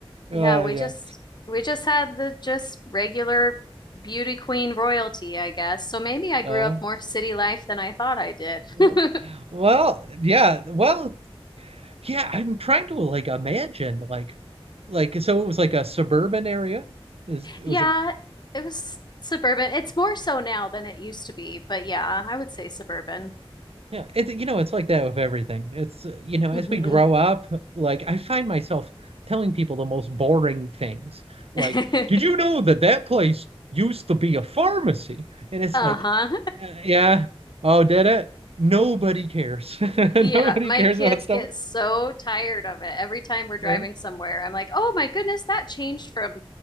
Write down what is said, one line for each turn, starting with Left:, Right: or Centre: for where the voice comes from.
Left: Yeah,
Right: Uh,
Left: we
Right: yeah.
Left: just we just had the just regular beauty queen royalty, I guess. So maybe I grew
Right: Uh,
Left: up more city life than I thought I did.
Right: w-
Left: <laughs>
Right: well, yeah. Well, yeah. I'm trying to like imagine like, like so it was like a suburban area. Is it
Left: Yeah,
Right: was a
Left: it was suburban. It's more so now than it used to be, but yeah, I would say suburban.
Right: Yeah, it, you know, it's like that with everything. It's, uh, you know, as
Left: hmm
Right: we grow up, like I find myself telling people the most boring things. Like,
Left: <laughs>
Right: did you know that that place used to be a pharmacy? And it's
Left: Uh-huh.
Right: like, yeah, yeah. oh, did it? Nobody cares. <laughs>
Left: Yeah,
Right: Nobody
Left: my
Right: cares
Left: kids
Right: about stuff.
Left: get so tired of it. Every time we're driving
Right: Uh,
Left: somewhere, I'm like, "Oh my goodness, that changed from